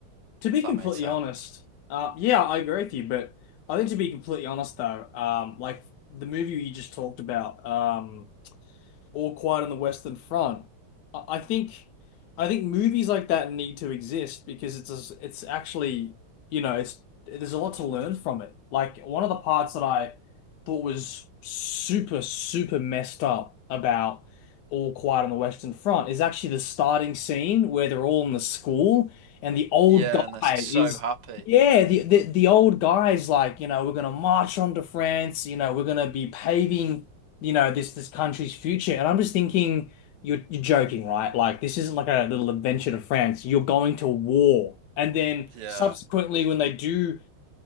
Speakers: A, on the left; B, on the right.
A: To be
B: If that
A: completely
B: makes sense.
A: honest, uh yeah, I agree with you, but I think to be completely honest though, um like the movie you just talked about, um All Quiet on the Western Front. I I think I think movies like that need to exist because it's a, it's actually, you know, it's there's a lot to learn from it. Like one of the parts that I thought was super, super messed up about All Quiet on the Western Front is actually the starting scene where they're all in the school and the old
B: Yeah,
A: guy
B: and they're so
A: is
B: happy.
A: Yeah, the, the the old guy's like, you know, we're gonna march on to France, you know, we're gonna be paving you know, this this country's future. And I'm just thinking, you're you're joking, right? Like this isn't like a little adventure to France. You're going to war. And then
B: Yeah,
A: subsequently, when they do